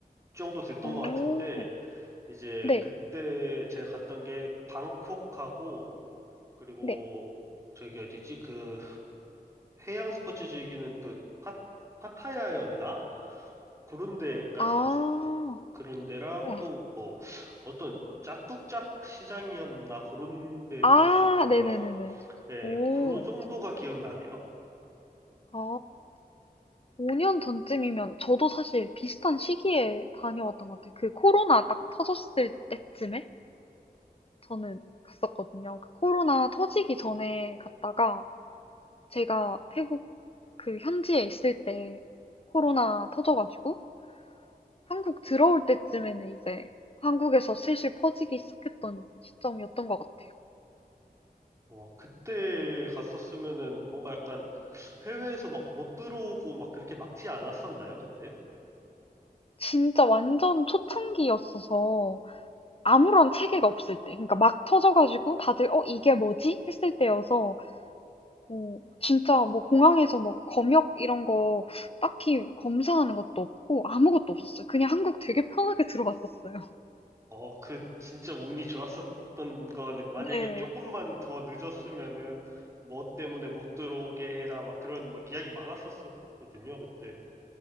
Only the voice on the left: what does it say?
오,
네,
네.
아,
우와.
아,
네네네네.
오,
아. 5년 전쯤이면 저도 사실 비슷한 시기에 다녀왔던 것 같아요. 그 코로나 딱 터졌을 때쯤에 저는 갔었거든요. 그 코로나 터지기 전에 갔다가 제가 태국 그 현지에 있을 때 코로나 터져가지고 한국 들어올 때쯤에는 이제 한국에서 슬슬 퍼지기 시작했던 시점이었던 것 같아요.
진짜 완전 초창기였어서 아무런 체계가 없을 때, 그러니까 막 터져가지고 다들 어, 이게 뭐지? 했을 때여서 어 진짜 뭐 공항에서 뭐 검역 이런 거 딱히 검사하는 것도 없고 아무것도 없었어요. 그냥 한국 되게 편하게 <laughs> 들어왔었어요.
네.